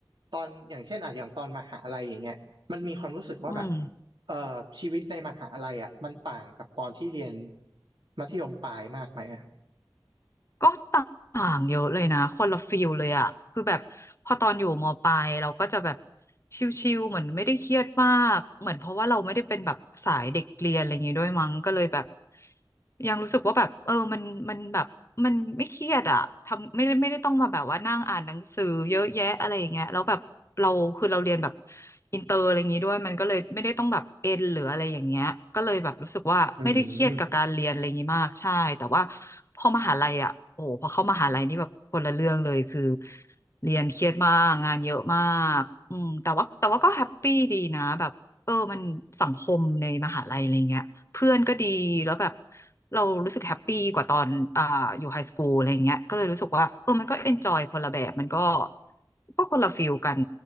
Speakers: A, on the right; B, on the left.
A: ตอนอย่างเช่นอ่ะอย่างตอนมหาลัยอย่างเงี้ยมันมีความรู้สึกว่าแบบ
B: อืม
A: เอ่อชีวิตในมหาลัยอ่ะมันต่างกับตอนที่เรียนมัธยมปลายมากไหมอ่ะ
B: ก็ต่างเยอะเลยนะคนละฟิลเลยอะคือแบบพอตอนอยู่มปลายเราก็จะแบบชิลๆเหมือนไม่ได้เครียดมากเหมือนเพราะว่าเราไม่ได้เป็นแบบสายเด็กเรียนอะไรอย่างงี้ด้วยมั้งก็เลยแบบยังรู้สึกว่าแบบเออมันมันแบบมันไม่เครียดอะทำไม่ได้ไม่ได้ต้องมาแบบว่านั่งอ่านหนังสือเยอะแยะอะไรอย่างเงี้ยแล้วแบบเราคือเราเรียนแบบอินเตอร์อะไรอย่างงี้ด้วยมันก็เลยไม่ได้ต้องแบบเอ็นหรืออะไรอย่างเงี้ยก็เลยแบบรู้สึกว่าไม่ได้เครียดกับการเรียนอะไรอย่างงี้มากใช่แต่ว่า
A: อืม
B: พอมหาลัยอ่ะโอ้โหพอเข้ามหาลัยนี่แบบคนละเรื่องเลยคือเรียนเครียดมาก งานเยอะมากอืมแต่ว่าแต่ว่าก็แฮปปี้ดีนะแบบเออมันสังคมในมหาลัยอะไรเงี้ยเพื่อนก็ดี แล้วแบบเรารู้สึกแฮปปี้กว่าตอนอ่าอยู่ไฮสคูลอะไรเงี้ยก็เลยรู้สึกว่าเออมันก็เอนจอยคนละแบบ มันก็ก็คนละฟิลกัน